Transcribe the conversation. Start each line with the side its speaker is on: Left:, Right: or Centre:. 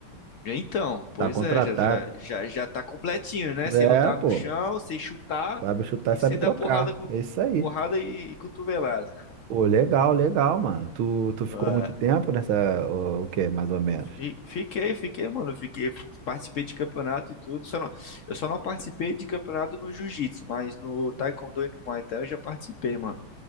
Left: Então, pois
Right: Tá contratado.
Left: é, já, já, já, já tá completinho, né? Sei
Right: É,
Left: lutar
Right: pô.
Left: no chão, sei chutar
Right: Sabe chutar,
Left: e
Right: sabe
Left: sei dar
Right: trocar.
Left: porrada, com,
Right: É isso aí.
Left: porrada e, e cotovelada.
Right: Pô, legal, legal, mano. Tu, tu ficou
Left: <laughs>
Right: muito tempo nessa. O, o quê, mais ou menos?
Left: Fi- Fiquei, fiquei, mano. Fiquei, participei de campeonato e tudo. Só não, eu só não participei de campeonato no jiu-jitsu, mas no taekwondo e no muay thai eu já participei, mano.